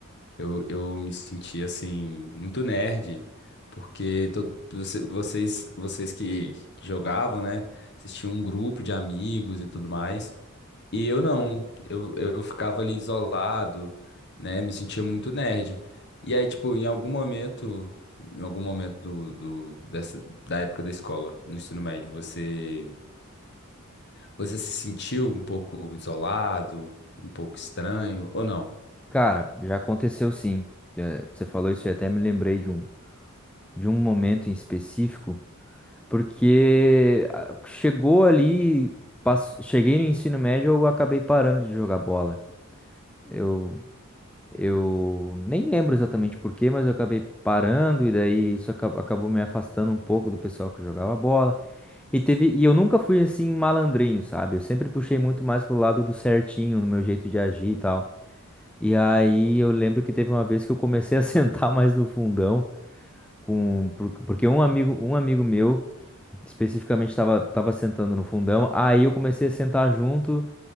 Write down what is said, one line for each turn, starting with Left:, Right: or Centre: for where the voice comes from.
Left: Eu, eu me sentia assim muito nerd, porque todo, você- vocês vocês que que jogavam, né? Vocês tinham um grupo de amigos e tudo mais. E eu não, eu, eu ficava ali isolado, né? Me sentia muito nerd. E aí, tipo, em algum momento, em algum momento do, do, dessa, da época da escola, no ensino médio, você você se sentiu um pouco isolado, um pouco estranho, ou não?
Centre: Cara, já aconteceu sim. É, você falou isso e até me lembrei de um, de um momento em específico, porque ah, chegou ali, pass- cheguei no ensino médio, eu acabei parando de jogar bola. Eu, eu nem lembro exatamente por quê, mas eu acabei parando e daí isso aca- acabou me afastando um pouco do pessoal que jogava bola. E teve, e eu nunca fui assim malandrinho, sabe? Eu sempre puxei muito mais pro lado do certinho, no meu jeito de agir e tal. E aí eu lembro que teve uma vez que eu comecei a <laughs> sentar mais no fundão, com, por- porque um amigo, um amigo meu especificamente estava tava tava sentando no fundão, aí eu comecei a sentar junto